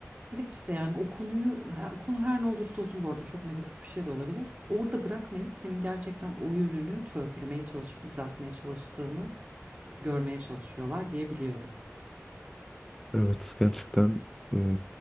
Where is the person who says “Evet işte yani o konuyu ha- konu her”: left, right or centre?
Right